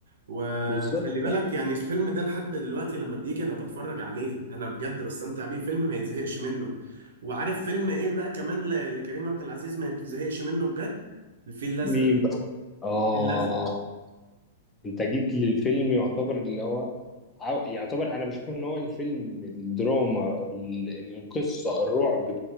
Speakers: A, on the right; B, on the left.
A: وخلي
B: بالظبط
A: بالك يعني الفيلم ده لحد دلوقتي لما بيجي انا بتفرج عليه انا بجد بستمتع بيه فيلم ما يتزهقش منه وعارف فيلم ايه بقى كمان ل- لكريم عبد العزيز ما يتزهقش منه بجد الفيل الازرق
B: مين بقى؟ آه
A: الفيل الازرق
B: انت جيت للفيلم يعتبر اللي هو عاو- يعتبر انا بشوف ان هو الفيلم الدراما ال- القصه الرعب